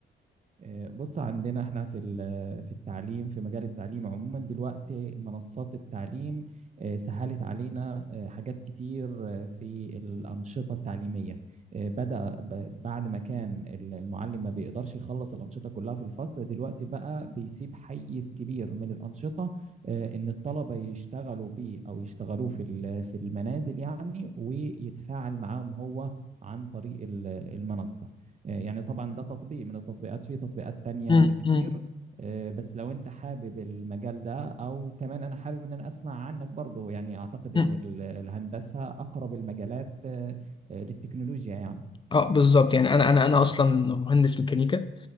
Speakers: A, on the right; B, on the left.
A: آه، بص عندنا احنا في ال- في التعليم في مجال التعليم عموما دلوقتي منصات التعليم آه، سهلت علينا آه، حاجات كتير آه، في الأنشطة التعليمية آه، بدأ ب- بعد ما كان ال- المعلم ما بيقدرش يخلص الأنشطة كلها في الفصل دلوقتي بقى بيسيب حيز كبير من الأنشطة آه، إن الطلبة يشتغلوا بيه أو يشتغلوه في ال- في المنازل يعني ويتفاعل معاهم هو عن طريق ال- المنصة يعني طبعا ده تطبيق من التطبيقات في تطبيقات تانية
B: مم،
A: كتير
B: مم،
A: آه، بس لو انت حابب المجال ده او كمان انا حابب ان انا اسمع عنك برضو يعني اعتقد ان
B: مم.
A: ال- الهندسة اقرب المجالات آه، آه، للتكنولوجيا يعني
B: اه بالظبط يعني انا انا انا اصلا مهندس ميكانيكا